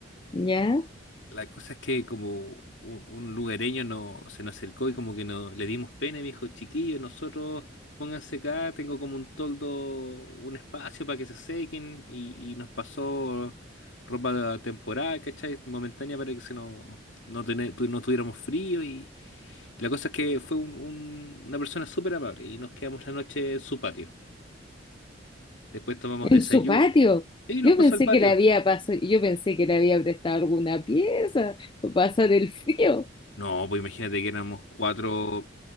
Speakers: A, on the left; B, on the left.
A: ¿Ya?
B: La cosa es que como un, un lugareño no, se nos acercó y como que no, le dimos pena y me dijo, chiquillos, nosotros pónganse acá, tengo como un toldo, un espacio para que se sequen y, y nos pasó ropa temporal, ¿cachai? Momentánea para que se nos, no, tener- tu- no tuviéramos frío y, y la cosa es que fue un- un- una persona súper amable y nos quedamos la noche en su patio. Después tomamos
A: En
B: desayuno
A: su patio.
B: y nos
A: Yo
B: pasó
A: pensé
B: al patio.
A: que le había pasado, yo pensé que le había prestado alguna pieza para pasar el frío.
B: No, pues imagínate que éramos cuatro,